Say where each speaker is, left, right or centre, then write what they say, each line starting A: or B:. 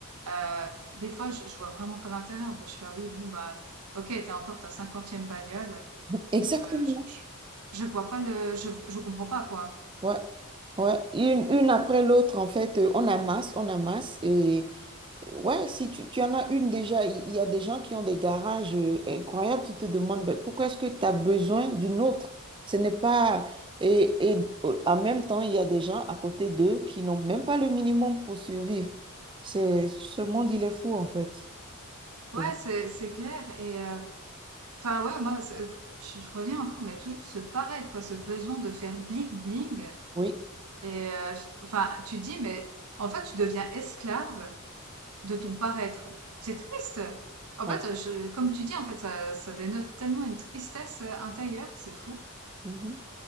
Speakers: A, on the right; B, on the right.
A: Euh, des fois, je, je vois vraiment pas l'intérêt. Enfin, je suis là, oui, bon, bah, ok, t'as encore ta cinquantième bagnole.
B: Exactement.
A: Euh, je, je, je vois pas le, je, je comprends pas, quoi.
B: Ouais. Ouais. Une, une après l'autre, en fait, euh, on amasse, on amasse. Et euh, ouais, si tu, tu en as une déjà, il y a des gens qui ont des garages euh, incroyables, tu te demandes ben, pourquoi est-ce que tu as besoin d'une autre? Ce n'est pas. Et, et euh, en même temps, il y a des gens à côté d'eux qui n'ont même pas le minimum pour survivre. C'est, ce monde, il est fou, en fait.
A: Ouais,
B: Et-
A: c'est, c'est clair. Et, euh, enfin, ouais, moi, c'est- je je reviens encore, mais toujours ce paraître, quoi, ce besoin de faire bling-bling.
B: Oui.
A: Et, euh, enfin, tu dis, mais en fait, tu deviens esclave de ton paraître. C'est triste. En
B: Ouais.
A: fait, je, comme tu dis, en fait, ça, ça dénote tellement une tristesse euh, intérieure, c'est fou.
B: Mhm.